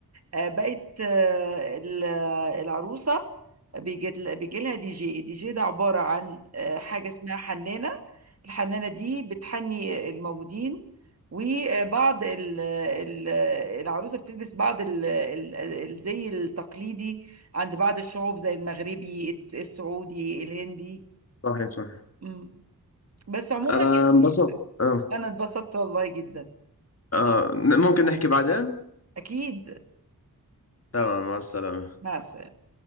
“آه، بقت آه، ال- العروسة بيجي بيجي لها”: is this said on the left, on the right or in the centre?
Right